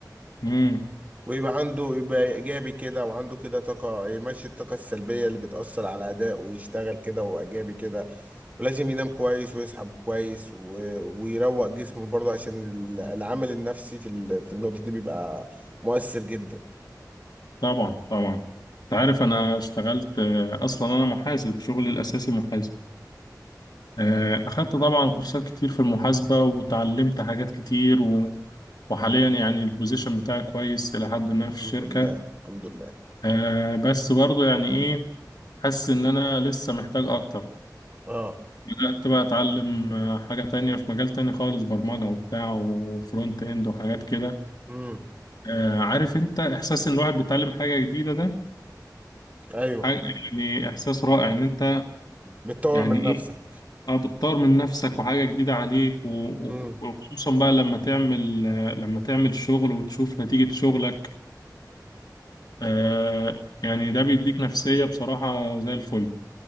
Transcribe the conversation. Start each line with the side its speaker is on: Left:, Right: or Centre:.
Left: امم
Right: ويبقى عنده يبقى ايجابي كده وعنده كده طاقه يمشي الطاقه السلبيه اللي بتاثر على اداء ويشتغل كده وايجابي كده ولازم ينام كويس ويصحى كويس و... ويروق جسمه برضه عشان ال- العامل النفسي في ال... في النقطه دي بيبقى مؤثر جدا
Left: طبعا طبعا انت عارف انا اشتغلت آه، اصلا انا محاسب شغلي الاساسي محاسب آه، اخدت طبعا كورسات كتير في المحاسبة وتعلمت حاجات كتير و... وحاليا يعني البوزيشن بتاعي كويس الى حد ما في الشركة
Right: الحمد لله الحمد لله
Left: آه، بس برضو يعني ايه حاسس ان انا لسه محتاج اكتر
Right: اه
Left: بدأت بقى أتعلم آه، حاجة تانية في مجال تاني خالص برمجة وبتاع وفرونت إند وحاجات كده
Right: امم
Left: آه، عارف أنت إحساس إن الواحد بيتعلم حاجة جديدة ده
Right: ايوه
Left: حاجة يعني إحساس رائع إن أنت
Right: بتطور
Left: يعني
Right: من
Left: إيه
Right: نفسك
Left: أه بتطور من نفسك وحاجة جديدة عليك و-
Right: امم
Left: و- وخصوصا بقى لما تعمل آه، لما تعمل شغل وتشوف نتيجة شغلك آه، يعني ده بيديك نفسية بصراحة زي الفل